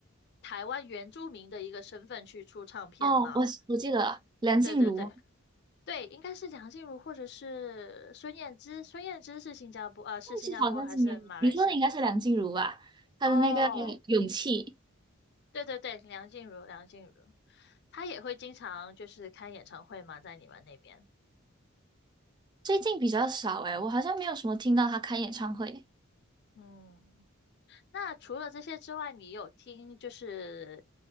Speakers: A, on the left; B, on the right.
A: 台湾原住民的一个身份去出唱片嘛？
B: 哦，我我记得了，梁静茹。
A: 对对对对，应该是梁静茹或者是孙燕姿，孙燕姿是新加坡啊，是新加坡还是马来西亚？
B: 记好像是没有，你说的应该是梁静茹吧？她的那个《勇气》
A: 哦，对对对，梁静茹，梁静茹，她也会经常就是开演唱会嘛，在你们那边，
B: 最近比较少诶，我好像没有什么听到她开演唱会。
A: 嗯。那除了这些之外，你有听就是